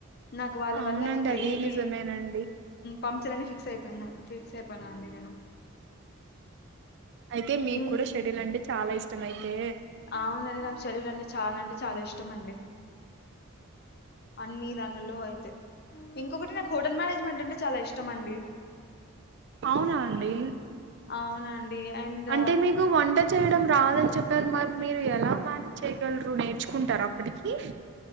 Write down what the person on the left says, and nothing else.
నాకు వాళ్ళ
వల్ల ఇంకా
ఏమి
పంచర్ అని ఫిక్స్ అయిపోయిన ఫిక్స్ అయిపోయినా అండి నేను
ఇం
అవునండి నాకు చదువులు అంటే చాలా అంటే చాలా ఇష్టం అండి అన్ని దానిలో అయితే ఇంకొకటి నాకు హోటల్ మేనేజ్మెంట్ అంటే చాలా ఇష్టం అండి
అవునండి అండ్